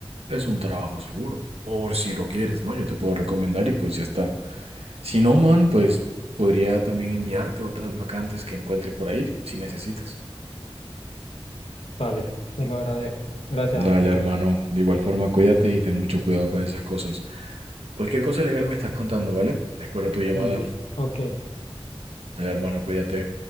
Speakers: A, on the right; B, on the left.
A: es un trabajo seguro. Por si lo quieres, ¿no? Yo te puedo recomendar y pues ya está. Si no, man, pues podría también enviarte otras vacantes que encuentre por ahí, si necesitas.
B: Vale, te lo agradezco. Gracias,
A: Dale,
B: amigo.
A: hermano. De igual forma, cuídate y ten mucho cuidado con esas cosas. Cualquier cosa legal me estás contando, ¿vale? Espero tu llamada.
B: Listo. Ok.
A: El hermano, cuídate.